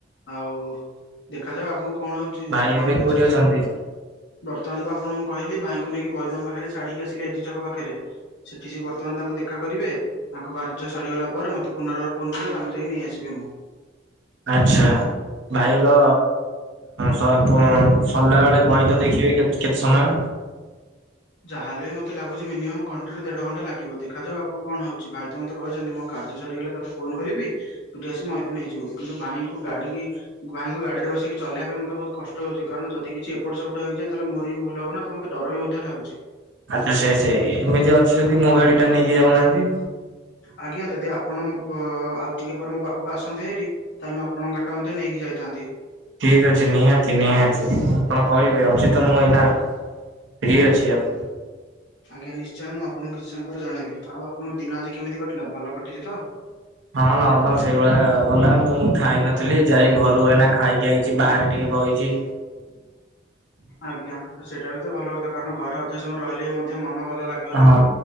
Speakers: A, on the left (about 65°); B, on the right (about 75°).
A: ଆଉ ଦେଖାଯାଉ ଆଗୁକୁ କଣ ହଉଚି
B: ଭାଇ
A: ଭଗବାନଙ୍କ
B: ଏବେ କୋଉଠି
A: ଇଚ୍ଛା
B: ଅଛନ୍ତି
A: ବର୍ତ୍ତମାନ ମୁଁ ଆପଣଙ୍କୁ କହିଲି ଭାଇଙ୍କୁ ନେଇକି ବୈଦଙ୍କ ପାଖରେ ଛାଡିକି ଆସିଲି ଏଜି ଛକ ପାଖେରେ। ସେଠି ସେ ବର୍ତ୍ତମାନ୍ ତାଙ୍କୁ ଦେଖା କରିବେ ତାଙ୍କ କାର୍ ର୍ଯ ସରିଗଲା ପରେ ମତେ ପୁନର୍ବାର ଫୋନ୍ କରିବେ ତାଙ୍କୁ ଯାଇକି ନେଇ ଆସିବି ମୁଁ।
B: ଆଚ୍ଛା ଭାଇଙ୍କ ସ-ପ-ସରିଲା ବେଳେ ବହି ଟା ଦେଖିବେ କେତ୍ -କେତେ ସମୟ?
A: ଯାହାହେଲେ ବି ମତେ ଲାଗୁଚି ମିନିମମ୍ ଘଣ୍ଟେ ରୁ ଦେଢଘଣ୍ଟା ଲାଗିବ ଦେଖାଯାଉ ଆଗୁକୁ କଣ ହଉଚି ଭାଇ ତ ମତେ କହିଚନ୍ତି ମ କାର୍ଯ୍ୟ ସରିଗଲେ ତତେ ଫୋନ୍ କରିବି ତୁ ଟିକେ ଆସି ମଇତେ ନେଇଯିବୁ କିନ୍ତୁ ଭାଇଙ୍କୁ ଗାଡି ଭାଇଙ୍କୁ ଗାଡିରେ ବସିକି ଚଲେଇବା ପାଇଁ ମତେ ବହୁତ୍ କଷ୍ଟ ହଉଚି କଣ ଯଦି କିଛି ଏପଟ୍ ସେପଟ୍ ହେଇଯାଏ ତାହେଲେ ମୋର ବି ଭୁଲ୍ ହବ ନା ତ ମତେ ଡର ବି ମଧ୍ୟ ଲାଗୁଚି।
B: ଆଚ୍ଛା ସେ- ସେଇ ଏମିତି ଅଛି ଯଦି ମୋ ଗାଡି ଟା ନେଇକି ଯାଉନାହାନ୍ତି?
A: ଆଜ୍ଞା ଯଦି ଆପଣ ମୋ ପ-ଆଉ ଟିକେ ପରେ ମୋ ପାଖକୁ ଆସନ୍ତେ ହାରି ତାହେଲେ ମୁଁ ଆପଣଙ୍କ ଗାଡି ଟା ମଧ୍ୟ ନେଇକି ଯାଇଥାନ୍ତି।
B: ଠିକ୍ ଅଛି ନିହାତି ନିହାତି ଆପଣ କହିବେ ଅଛି ତ ମୁଁ ଏଇନା ଫ୍ରି ଅଛି ଆଉ।
A: ଆଜ୍ଞା ନିଶ୍ଚୟ ମୁଁ ଆପଣଙ୍କୁ କିଛି ସମୟ ପରେ ଜଣେଇବି ଆଉ ଆପଣଙ୍କ ଦିନ ଆଜି କେମିତି କଟିଲା ଭଲ କଟିଚି ତ?
B: ହଁ ନର୍ମାଲ୍ ସେଇଭଳିଆ ଗଲା ମୁଁ ଖାଇନଥିଲି ଯାଇ ଘରୁ ଏଇନା ଖାଇକି ଆଇଚି ବାହାରେ ଟିକେ ବଇଚି।
A: ଆଜ୍ଞା ସେଇଟା ବି ତ ଭଲ କଥା କାରଣ ଘରେ ଅଧିକ ସମୟ ରହିଲେ ବି ମଧ୍ୟ ମନ ଭଲ ଲାଗେ
B: ହଁ